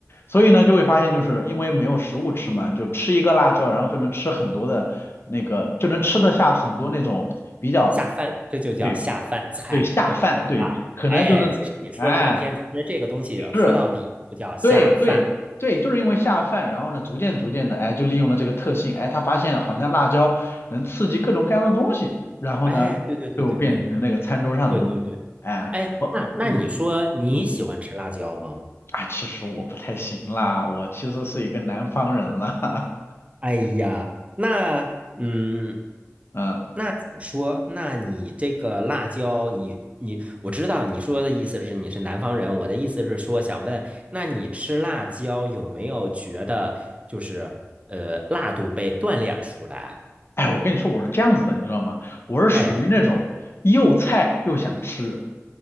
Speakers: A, on the left (about 50°); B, on the right (about 25°).
A: 所以呢就会发现就是因为没有食物吃嘛，就吃一个辣椒，然后就能吃很多的那个，就能吃得下很多那种比较。
B: 下饭，这就叫下饭菜
A: 对。对，下饭，对，
B: 啊！
A: 可能就是，
B: 哎，其实你说了半天，
A: 哎，
B: 其实这个东西说到底就叫下饭。
A: 是，对对对，就是因为下饭，然后呢，逐渐逐渐的，哎，就利用了这个特性，哎，他发现好像辣椒能刺激各种各样的东西，然后呢，
B: 哎，对对对对对
A: 就变成那个餐桌上的东西，
B: 对对对，
A: 哎，
B: 哎，
A: 我，
B: 那那你说你喜欢吃辣椒吗？
A: 嗯嗯，哎，其实我不太行啦，我其实是一个南方人啦，
B: 哎呀，那嗯，
A: <laughs> 嗯，
B: 那怎么说？那你这个辣椒，你你，我知道你说的意思是你是南方人，我的意思是说想问，那你吃辣椒有没有觉得就是呃辣度被锻炼出来？
A: 哎，我跟你说，我是这样子的，你知道吗？我是属于那种又菜又想吃，
B: 哎